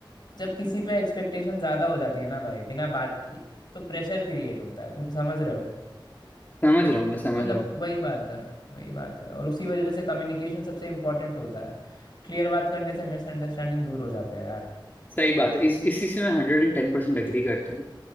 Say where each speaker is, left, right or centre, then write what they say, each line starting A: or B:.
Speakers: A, on the left; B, on the left.
A: जब किसी पे एक्सपेक्टेशन ज़्यादा हो जाती है ना भाई बिना बात की तो प्रेशर क्रिएट होता है तुम समझ रहे हो
B: समझ रहा हूँ मैं समझ
A: मतलब
B: रहा हूँ
A: वही बात है वही बात है और उसी वजह से कम्युनिकेशन सबसे इम्पोर्टेंट होता है क्लियर बात करने से मिसअंडरस्टैंडिंग दूर हो जाते हैं यार
B: सही बात है इस इसी से मैं हंड्रेड एंड टेन परसेंट एग्री करता हूँ